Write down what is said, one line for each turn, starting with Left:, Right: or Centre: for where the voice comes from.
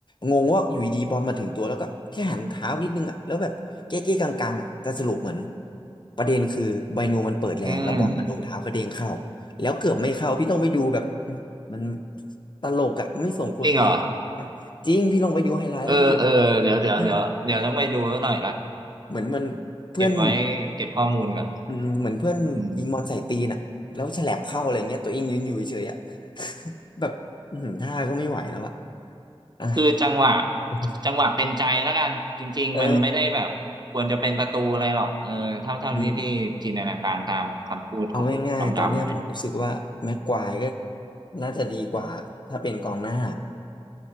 Left: งงว่าอยู่ดีๆบอลมาถึงตัวแล้วก็แค่หันเท้านิดนึงอ่ะแล้วแบบเก๊ะๆกังๆอ่ะแต่สรุปเหมือนประเด็นคือไบนูมันเปิดแรงแล้วบอลมาโดนเท้ากระเด้งเข้า
Right: อืม
Left: แล้วเกือบไม่เข้าพี่ต้องไปดูแบบมันตลกอ่ะไม่สมควรเป็น
Right: จริงเหรอ
Left: จริงพี่ลองไปดูไฮไลท์แล้วพี่จะแบบ
Right: เออเออเดี๋ยวเดี๋ยวเดี๋ยวเดี๋ยวต้องไปดูแล้วหน่อยละ
Left: มันเหมือนเหมือนมันเพื่อน
Right: เก็บไว้เก็บข้อมูลก่อน
Left: อืมเหมือนเพื่อนยิงบอลใส่ตีนอ่ะแล้วแฉลบเข้าอะไรเงี้ยตัวเองยืนอยู่เฉยๆอ่ะ
Right: อืม
Left: <laughs> แบบอื้อหือท่าก็ไม่ไหวแล้วอ่ะอ่ะ
Right: คือจังหวะ
Left: <laughs>
Right: จังหวะเป็นใจแล้วกัน จริงๆมันไม่ได้แบบควรจะเป็นประตูอะไรหรอกเออเท่าเท่าที่พี่จินตนาการตามคำพูดของน้องดำอะนะ
Left: เอออืมเอาง่ายๆตอนเนี้ยผมรู้สึกว่าแม็กควายก็น่าจะดีกว่าถ้าเป็นกองหน้า